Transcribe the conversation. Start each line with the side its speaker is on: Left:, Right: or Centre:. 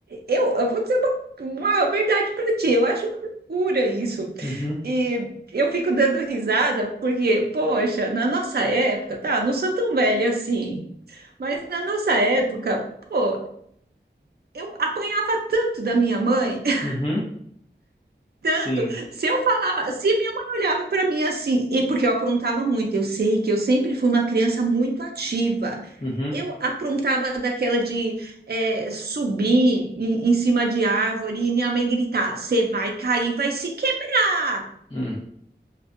Right: eu, eu vou dizer uma, uma verdade para ti. Eu acho uma loucura isso.
Left: Uhum,
Right: E eu fico dando risada porque, poxa, na nossa época, tá? Não sou tão velha assim. Mas na nossa época, pô, eu apanhava tanto da minha mãe, <laughs>
Left: uhum,
Right: tanto.
Left: sim.
Right: Se eu falava, se minha mãe olhava para mim assim, e porque eu aprontava muito, eu sei que eu sempre fui uma criança muito ativa.
Left: Uhum,
Right: Eu aprontava daquela de eh, subir em, em cima de árvore e minha mãe gritar: Você vai cair, vai se quebrar.
Left: hum,